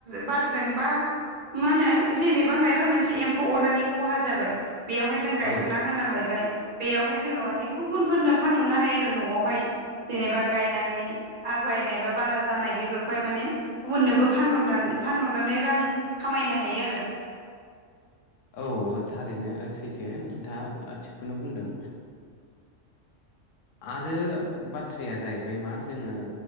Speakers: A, on the right; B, on the left.
A: बारजोंबा मा होनो जेनेबा माबा मोनसे एम्फौ अरनानै खहा। जाबाय। बेयावहाय जों गायसनना
B: औ
A: होनांलायबाय बेयावहाय जोङो माने गुबुनफोरनो फानहरनो हायो आरो न'आवहाय जेनेबा गायनानै आग्लायनाय बा बारा जानाय बे फोरखौहाय माने गुबुननोबो फानहरनानै फानहरनानै रां खामायनो हायो आरो।
B: औ थारैनो सैथो नोंथाङा ओ थिगखौनो बुंदों आरो बाथ्राया जाहैबाय मा जोङो